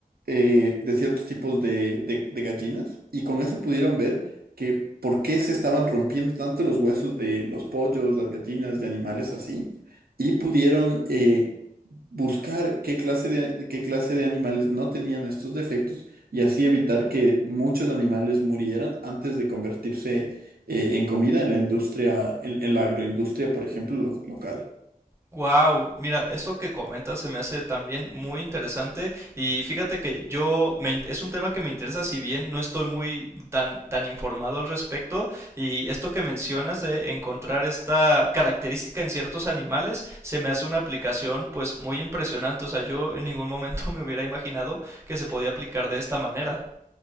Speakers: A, on the right; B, on the right.
A: eh, de ciertos tipos de, de- de gallinas y con eso pudieron ver que por qué se estaban rompiendo tanto los huesos de los pollos, las gallinas, de animales así y pudieron eh, buscar qué clase de, qué clase de animales no tenían estos defectos y así evitar que muchos animales murieran antes de convertirse eh, en comida en la industria, en, en la agroindustria, por ejemplo, lo- local.
B: Wow, mira, esto que comentas se me hace también muy interesante y fíjate que yo me, in- es un tema que me interesa si bien no estoy muy tan tan informado al respecto y esto que mencionas de encontrar esta característica en ciertos animales se me hace una aplicación pues muy impresionante, o sea, yo en ningún momento <laughs> me hubiera imaginado que se podía aplicar de esta manera.